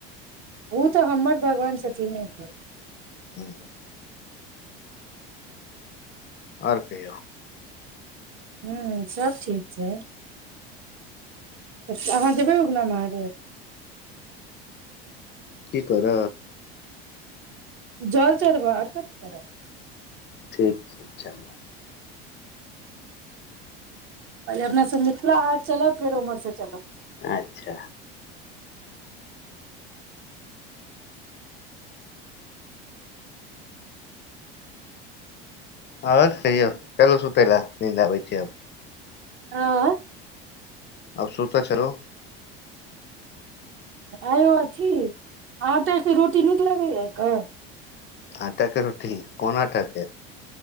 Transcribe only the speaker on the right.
ओ तऽ हमर भगवान छथिन घर
ह सब ठीक छै त अहाँ जेबै उगना महादेव
जल चरब आर कथ कर
पहिले अपना सब मिथिला हाट चलब फेर उम्हर से चलब
आँ
आौ अथी आटाके रोटी नीक लगैए कन